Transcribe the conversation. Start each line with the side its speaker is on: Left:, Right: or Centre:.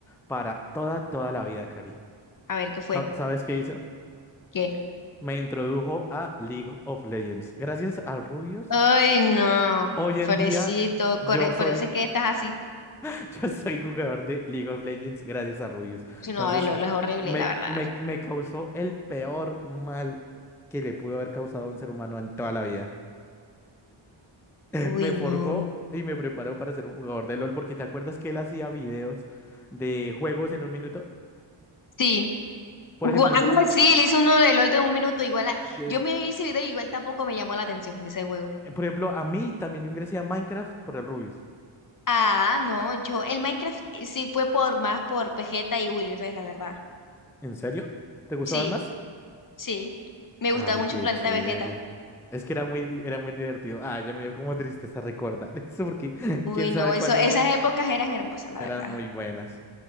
Centre: para toda, toda la vida, Cari.
Left: A ver, ¿qué fue?
Centre: Sa- ¿Sabes qué hizo?
Left: ¿Qué?
Centre: Me introdujo a League of Legends. Gracias a Rubius,
Left: Ay, no,
Centre: hoy en
Left: pobrecito,
Centre: día yo
Left: core- por
Centre: soy,
Left: eso es que estás así.
Centre: <laughs> yo soy jugador de League of Legends gracias a Rubius.
Left: No,
Centre: Entonces,
Left: el LOL es horrible,
Centre: me,
Left: la verdad.
Centre: me, me causó el peor mal que le pudo haber causado a un ser humano en toda la vida.
Left: Uy,
Centre: Me
Left: no.
Centre: forjó y me preparó para ser un jugador de LOL, porque te acuerdas que él hacía videos de juegos en un minuto.
Left: Sí.
Centre: Por
Left: Gua-
Centre: ejemplo,
Left: ah,
Centre: yo,
Left: no, sí, le hice uno de LOL de un minuto, igual a-
Centre: de-
Left: yo me vi ese video y igual tampoco me llamó la atención ese juego.
Centre: eh, por ejemplo, a mí también yo ingresé a Minecraft por el Rubius.
Left: Ah, no, yo, el Minecraft eh, sí fue por más por Vegeta y Willy Rex, la verdad.
Centre: ¿En serio? ¿Te gustaban
Left: Sí,
Centre: más?
Left: sí. Me gustaba
Centre: Ay,
Left: mucho
Centre: qué
Left: Planeta
Centre: chévere.
Left: Vegeta.
Centre: Es que era muy, era muy divertido. Ah, ya me dio como tristeza recordar eso, porque <laughs>
Left: Uy,
Centre: quién
Left: no,
Centre: sabe
Left: eso,
Centre: cuándo
Left: esas épocas eran hermosas, la
Centre: eran
Left: verdad.
Centre: muy buenas.